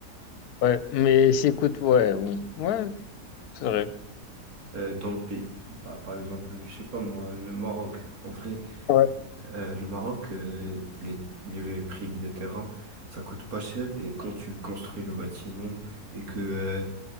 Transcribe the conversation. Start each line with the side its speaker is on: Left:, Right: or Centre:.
Left: Ouais, mais si, écoute, ouais, bon. Ouais, c'est vrai.
Right: euh, dans le pays. Bah, par exemple, je sais pas moi, le Maroc. En vrai,
Left: Ouais,
Right: Euh, le Maroc, euh, les, les prix des terrains, ça coûte pas cher et quand tu construis le bâtiment et que euh,